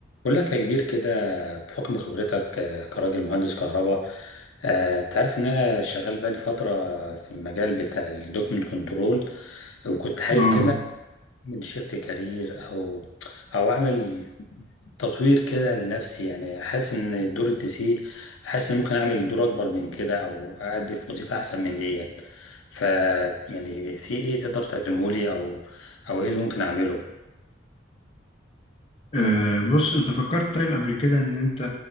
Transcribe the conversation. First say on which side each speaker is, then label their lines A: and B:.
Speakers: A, on the left (about 85°); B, on the left (about 30°).
A: بقول لك يا كبير كده بحكم خبرتك آه، كراجل مهندس كهرباء آه، انت عارف ان انا شغال بقالي فتره في المجال بتاع الدوكمنت كنترول وكنت حابب
B: اه
A: كده اعمل شيفت كارير او او اعمل تطوير كده لنفسي يعني حاسس ان دور الدي سي حاسس ان ممكن اعمل دور اكبر من كده او اادي في وظيفه احسن من دي ف يعني في ايه تقدر تقدمه لي او او ايه اللي ممكن اعمله
B: آه، بص انت فكرت طيب قبل كده ان انت